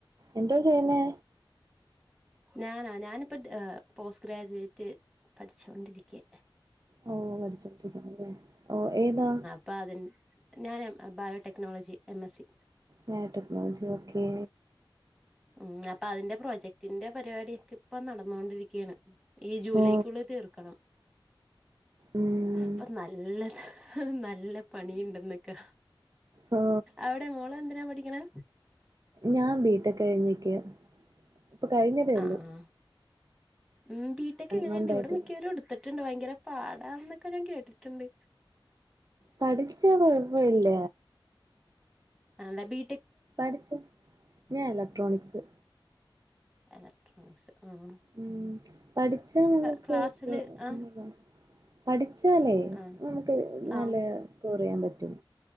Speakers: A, on the right (about 40°); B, in the centre.
A: എന്താ ചെയ്യുന്നേ
B: ഞാനോ ഞാനിപ്പം പോസ്റ്റ് ഗ്രാജുവേറ്റ് പഠിച്ചോണ്ടിരിയ്ക്കാ
A: ഓ പഠിച്ചോണ്ടിരിക്കാണ്ല്ലേ ഓ ഏതാ
B: അപ്പം അതിൻ ഞാന് biotechnology M S C
A: biotechnology okay
B: ഉം അപ്പൊ അതിന്റെ പ്രോജക്ടിന്റെ പരിപാടിയൊക്കെ ഇപ്പം നടന്നോണ്ടിരിക്ക്യാണ് ഈ ജൂലൈക്കുള്ളിൽ
A: ഓ
B: തീർക്കണം
A: ഉം
B: അപ്പം നല്ലത് നല്ല പണിയുണ്ടെന്നെ ക്കെ ഹ്
A: ഓ
B: അവിടെ മോളെന്തിനാ പഠിക്കണേ
A: ഞാൻ ബി ടെക് കഴിഞ്ഞ് നിക്കാ ഇപ്പം കഴിഞ്ഞതേ
B: ആ
A: ഉള്ളു
B: ആ ഉം ബീ ടെക്ക് എങ്ങനെണ്ട്
A: മന്ത്
B: ഇവിടെ
A: ആയിട്ട്
B: മിക്കവരും ഇടത്ത് ട്ടുണ്ട് ഭയങ്കര പാടാ എന്നൊക്കെ ഞാൻ കേട്ടിട്ടുണ്ട്
A: പഠിച്ചാ കൊഴപ്പ ഇല്ല
B: ആണ് ലെ ബീ
A: പഠിച്ച് ഞാൻ ഇലക്ട്രോണിക്സ്
B: എലക്ട്രോണിക്സ് ആഹ്
A: ഉം പഠിച്ചാ നമുക്ക്
B: ക്ലാസ്സില്
A: കൊഴപ്പോന്നുല്ല.
B: ആ
A: പഠിച്ചാലേ
B: ആ
A: നമുക്ക് നല്ല
B: ആ
A: സ്കോർ ചെയ്യാൻ പറ്റും